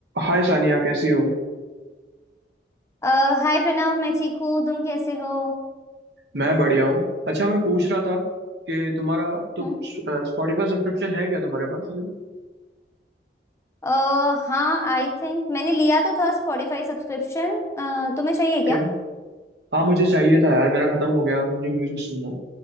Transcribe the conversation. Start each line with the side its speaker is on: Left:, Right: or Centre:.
Right: हाय सानिया कैसी हो
Left: अ, hi Pranav मैं ठीक हूँ तुम कैसे हो
Right: मैं बढ़िया हूँ अच्छा मैं पूछ रहा था कि तुम्हारा तो
Left: हम्म,
Right: स्पॉटिफाई सब्सक्रिप्शन है क्या तुम्हारे पास अभी
Left: अ, हाँ आई थिंक मैंने लिया तो था स्पॉटिफाई सब्सक्रिप्शन तुम्हें चाहिए क्या
Right: क्या हाँ मुझे चाहिए था यार मेरा खत्म हो गया और मुझे म्यूजिक सुनना है